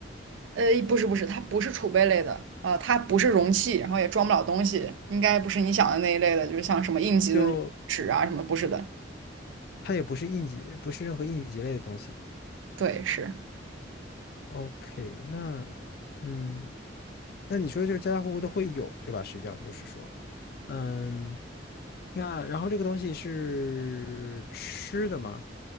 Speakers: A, on the right; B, on the left.
A: 呃，不是不是，它不是储备类的啊、呃它不是容器，然后也装不了东西，应该不是你想的那一类的，就是像什么应急的那种纸啊什么的不是的。
B: 就它也不是应急，不是任何应急类的东西。
A: 对，是，
B: OK，那嗯，那你说就是家家户户都会有，对吧？实际上就是说，嗯，那然后这个东西是吃的吗？